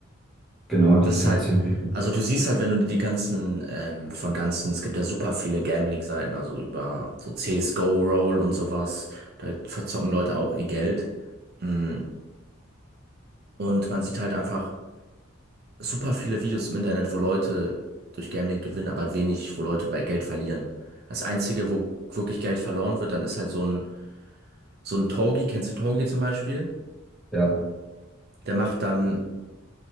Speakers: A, in the centre; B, on the right (about 50°).
A: genau, die
B: Das
A: ist
B: ist halt,
A: halt ziemlich hoch.
B: also du siehst halt, wenn du dir die ganzen, ähm, von ganzen, es gibt ja super viele Gambling-Seiten, also über so CSGO, Roll und sowas, da verzocken Leute auch ihr Geld. Mm, Und man sieht halt einfach super viele Videos im Internet, wo Leute durch Gambling gewinnen, aber wenig, wo Leute bei Geld verlieren. Das Einzige, wo wirklich Geld verloren wird, dann ist halt so ein, so ein Togi, kennst du Togi zum Beispiel?
A: Ja,
B: Der macht dann